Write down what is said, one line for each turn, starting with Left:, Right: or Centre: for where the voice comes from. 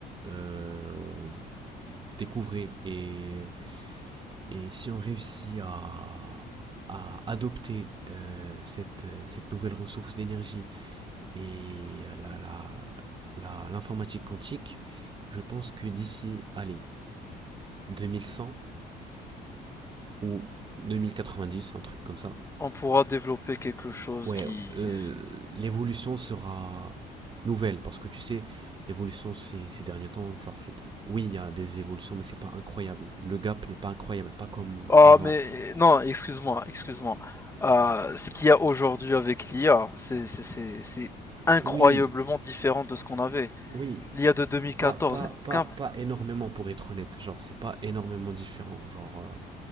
Right: euh, découvrait et, et si on réussit à, à adopter euh, cette, cette nouvelle ressource d'énergie et la la la, l'informatique quantique, je pense que d'ici, allez, 2100 ou 2090, un truc comme ça,
Left: On pourra développer quelque chose
Right: ouais,
Left: qui...
Right: euh, l'évolution sera nouvelle parce que tu sais, l'évolution ces, ces derniers temps, genre, oui, il y a des évolutions, mais c'est pas incroyable. Le gap n'est pas incroyable, pas comme
Left: Oh,
Right: avant.
Left: mais non, excuse-moi, excuse-moi. Euh, ce qu'il y a aujourd'hui avec l'IA, c'est c'est- c'est- c'est incroyablement
Right: Oui,
Left: différent de ce qu'on avait.
Right: oui,
Left: L'IA de 2014
Right: pas, pas,
Left: est
Right: pas,
Left: qu'un...
Right: pas énormément pour être honnête. Genre, c'est pas énormément différent. Genre, euh,